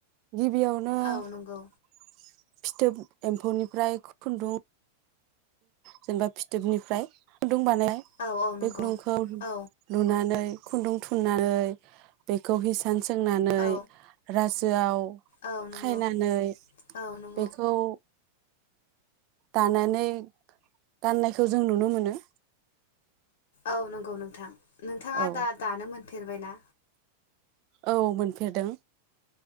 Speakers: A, on the right (about 45°); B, on the left (about 75°).
A: गिबियावनो
B: औ नंगौ
A: फिथोब एमफौनिफ्राय खुनदुं जेनेबा फिथोबनिफ्राय खुनदुं बानाय
B: औ औ नंगौ
A: बे खुनदुंखौ
B: औ
A: लुनानै खुनदुं थुननानै बेखौ हि सान सोंनानै
B: औ
A: रासोआव
B: औ नंगौ
A: खायनानै
B: औ नंगौ
A: बेखौ। दानानै गाननायखौ जों नुनो मोनो।
B: औ नंगौ नोंथां। नोंथाङा
A: औ
B: दा दानो मोन। फेरबायना
A: औ मोनफेरदों